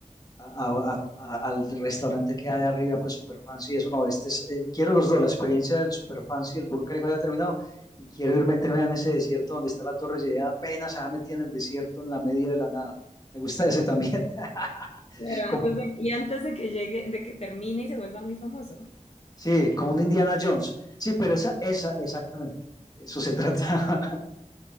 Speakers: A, on the left; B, on the left.
A: a- a- a- al restaurante que hay arriba, pues super fancy y eso. No, este es, eh, quiero los dos, la experiencia del super fancy y el Burj Khalifa ya terminado. Y quiero ir meterme en ese desierto donde está la Torre Eiffel, apenas se va metida en el desierto, en la medio de la nada. Me gusta ese también. <laughs>
B: Claro,
A: Como,
B: antes de, y antes de que llegue, de que termine y se vuelva muy famoso.
A: sí, como un Indiana Jones. Sí, pero esa, esa, exactamente. De Eso se trata.